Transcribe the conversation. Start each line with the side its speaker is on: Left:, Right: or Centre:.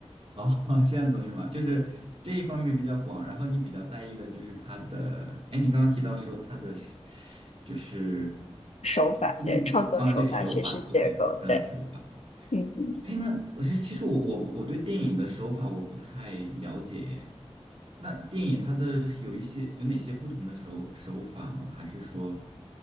Right: 哦，<laughs> 这样子是吗？就是这一方面比较广，然后你比较在意的就是他的，哎，你刚刚提到说他的是就是
Left: <laughs> 手法，
Right: 嗯啊，
Left: 对，创作手法、
Right: 对，手法，OK，
Left: 叙事结构，
Right: 嗯，
Left: 对，
Right: 手法。
Left: 嗯
Right: 哎，那我其实其实我我我对电影的手法我不太了解耶。那电影它的有一些有哪些不同的手手法吗？还是说